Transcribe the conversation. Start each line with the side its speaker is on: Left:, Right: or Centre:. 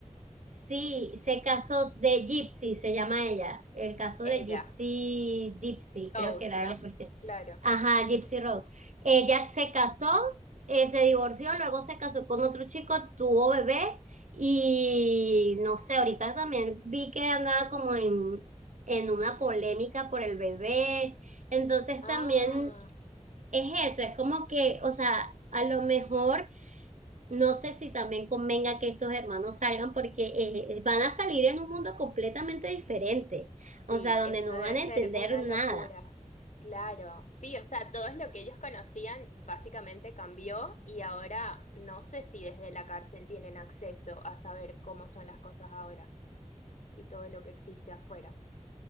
Right: sí, sé casos de Gypsy, se llama ella, el caso
Left: Ella,
Right: de Gypsy, Gypsy, creo
Left: Rose,
Right: que era
Left: ¿no?
Right: la cuestión.
Left: Claro.
Right: Ajá, Gypsy Rose. Ella se casó, eh, se divorció, luego se casó con otro chico, tuvo bebé y no sé, ahorita también vi que andaba como en, en una polémica por el bebé. Entonces
Left: Ah,
Right: también Es eso, es como que, o sea, a lo mejor no sé si también convenga que estos hermanos salgan porque eh, van a salir en un mundo completamente diferente, o
Left: sí,
Right: sea, donde
Left: eso
Right: no
Left: debe
Right: van a
Left: ser
Right: entender
Left: una
Right: nada.
Left: locura. Claro, sí, o sea, todo es lo que ellos conocían básicamente cambió y ahora no sé si desde la cárcel tienen acceso a saber cómo son las cosas ahora y todo lo que existe afuera.